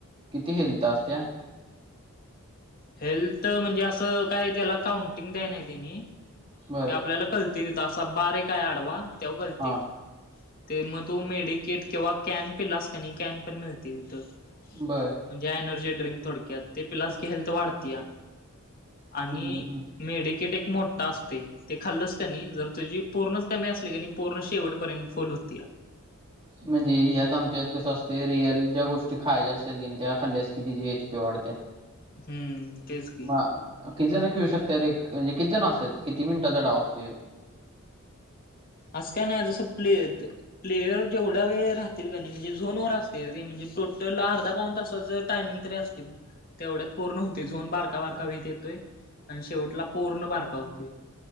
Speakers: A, on the right; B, on the left.
A: किती हेल्त असत्या?
B: हेल्त म्हणजे असं काय त्याला काउंटिंग द्याय नाही त्यांनी
A: बर
B: क आपल्याला कळ आसा बारिकहे आडवा तेव्हा कळते
A: हा
B: ते मग तू मेडिकेट किंवा कॅन पिलासकनै कॅन पण मिळती तिथं
A: बरं
B: म्हणजे एनर्जी ड्रिंक थोडक्यात ते पिलास की हेल्थ वाढते या आणि
A: हम्म, हम्म.
B: मेडिकेट एक मोठ तासते ते खाल्लच क नाही जर तुझी पूर्णच कमी असली क नाही पूर्ण शेवटपर्यंत फल होती
A: म्हणजे ह्यात आमच्यात कसं असते रिअल ज्या गोष्टी खायच्या असतात की त्या खाल्ल्यास किती जी एच पी वाढते
B: हम्म तेच की.
A: म किती जण खेळू शकतात एक म्हणजे किती जण असतात किती मिनिटाचा डाव असतो
B: आसं काय नाय <unintelligible> प्लेयर जेवढा वेळ राहतील का नि म्हणजे झोन वर असतय ते म्हणजे टोटल अर्धा पाऊन तासात जर टायमिंग तरी असतय ब तेवढ्यात पूर्ण होती झोन बारका बारका व्हइत येतोय आणि शेवटला पूर्ण बारका होतोय.